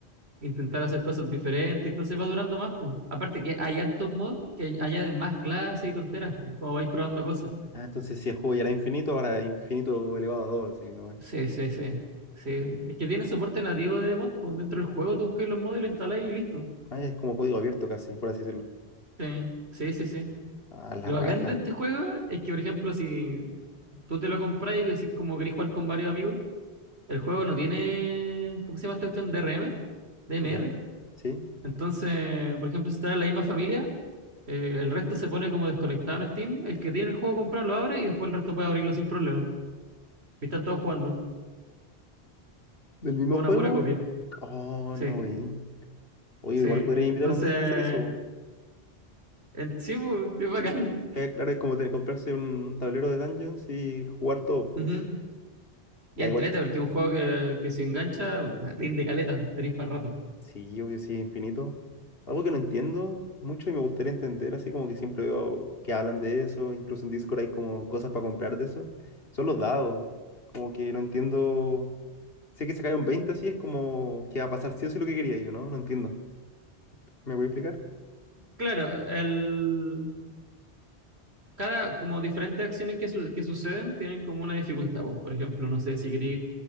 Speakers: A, on the right; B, on the left.
A: intentar hacer cosas diferentes, entonces va durando más, po. Aparte que hay hartos mods que añaden más clases y tonteras, po, como vais probando cosas.
B: Ah, entonces si el juego ya era infinito, ahora es infinito elevado a 2, así nomás.
A: Sí, sí, sí. Sí.
B: Mm.
A: Es que tiene soporte nativo de mod po. Dentro del juego tú buscáis los mods y lo instaláis y listo.
B: Ah, es como código abierto casi, por así decirlo.
A: Sí, sí, sí, sí.
B: Ah, la
A: Lo
B: raja.
A: bacán de este juego es que, por ejemplo, si tú te lo compras y decís como querés jugar con varios amigos, el juego no tiene, ¿cómo se llama esta cuestión? DRM, DMR.
B: Ya. ¿Sí?
A: Entonces, por ejemplo, si estás en la misma familia, eh, el resto se pone como desconectado en Steam. El que tiene el juego comprado lo abre y después el resto puede abrirlo sin problema. Y están todos jugando
B: ¿Del mismo
A: con una
B: juego?
A: pura copia.
B: Oh,
A: Sí,
B: no, güey. Oye,
A: sí.
B: igual podría invitar
A: Entonces,
B: un día a hacer eso.
A: en- sí, pues, es bacán.
B: Eh, claro, es como tener comprarse un, un tablero de Dungeons y jugar todo.
A: Ujú.
B: <laughs> Ya
A: Y entrete,
B: igual
A: porque es un juego que, que se engancha, rinde caleta, tenéis para rato.
B: Sí, obvio, sí, infinito. Algo que no entiendo mucho y me gustaría entender, así como que siempre veo que hablan de eso, incluso en Discord hay como cosas para comprar de eso, son los dados. Como que no entiendo. Sé que se cae un 20 así, es como que va a pasar sí o sí lo que quería yo, ¿no? No entiendo. ¿Me voy a explicar?
A: Claro, el, cada, como diferentes acciones que, su- que suceden tienen como una dificultad. po. Por ejemplo, no sé si queréis